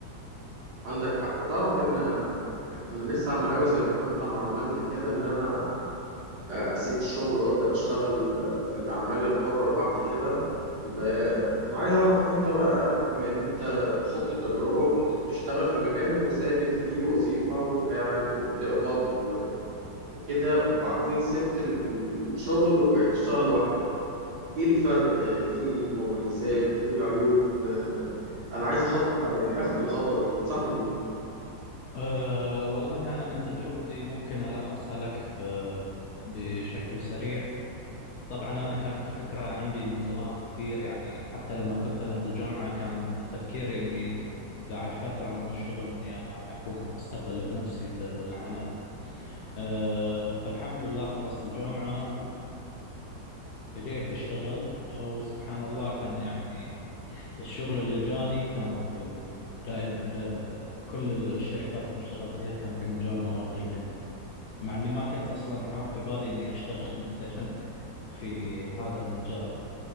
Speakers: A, on the right; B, on the left.
A: عندك حق تعرف ان انا نفسي اعمل قوي زي ما انت ما عملت كده ان انا اسيب الشغل وابدا اشتغل في الاعمال الحره لوحدي كده ب- انا عايز اعرف انت بقى بما ان انت خضت التجربه وكنت بتشتغل في مكان وثابت فيه وظيفه وقاعد وبتقبض و- وكده وبعدين سبت الشغل وبقيت تشتغل لوحدك ايه الفرق ايه المميزات ايه العيوب انا عايز اخد يعني اخد الخطوه دي تنصحني بايه
B: أه والله أنا من تجربتي ممكن ألخصها لك في بشكل سريع طبعا أنا كانت الفكرة عندي من زمان كثير يعني حتى لما كنت أنا في الجامعة كان تفكيري أني بعد فترة من الشغل أني أنا أكون مستقل بنفسي في العمل أه فالحمد لله خلصت الجامعة وبديت أشتغل أه، وسبحان الله كان يعني الشغل اللي جاني كان في دائما دا كل الشركات اللي اشتغلت فيها كان في مجال مواد البناء مع اني ما كنت اصلا حاط في بالي اني اشتغل <laughs> مثلا في هذا المجال